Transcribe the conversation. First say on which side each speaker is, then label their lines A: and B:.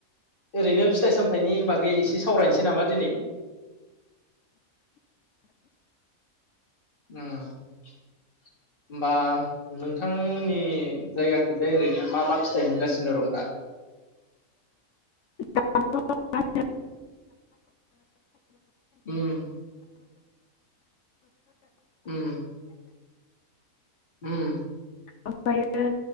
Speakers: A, on the left (about 40°); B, on the left (about 60°).
A: ओरैनो फिथाइ सामथायाइनि बागै एसे सावरायनोसै नामा दिनै उम होमबा नोंथांमोननि जायगाखैजाय ओरैनो मा मा फिथाइ मोनगासिनो दं दा
B: द <unintelligible>
A: उम उम उम
B: ओमफ्रायो